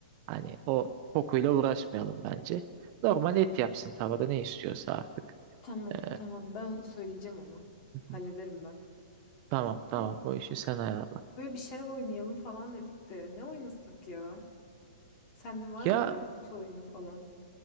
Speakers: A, on the right (about 30°); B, on the left (about 35°).
A: Hani o kokuyla uğraşmayalım bence. Normal et yapsın tavada ne istiyorsa artık.
B: Tamam
A: Ee,
B: tamam ben onu söyleyeceğim ona.
A: hı
B: Hallederim
A: hı.
B: ben.
A: tamam
B: Peki
A: tamam o işi sen ayarla.
B: böyle bir şeyler oynayalım falan dedik de ne oynasak ya? Sende var
A: Ya
B: mı böyle kutu oyunu falan?